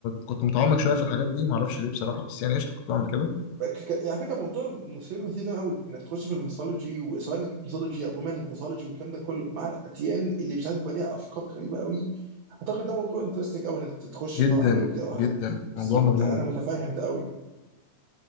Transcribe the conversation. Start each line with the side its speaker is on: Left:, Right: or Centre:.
Left: كنت متعمق شويه في الحاجات دي معرفش ليه بصراحه بس يعني قشطه كنت بعمل كده
Right: ك- ك- على فكره موضوع مثير للاهتمام تمام قوي انك تخش في الميثولوجي وسواء ميثولوجي او ومن ميثولوجي والكلام ده كله مع الاديان اللي مش عارف بقى ليها افكار غريبه قوي اعتقد ده موضوع انترستنج قوي انك تخش
Left: جدا
Right: تدور عليه وتقرا حاجات
Left: جدا
Right: بالظبط
Left: موضوع مجنون
Right: يعني انا متفاهم ده قوي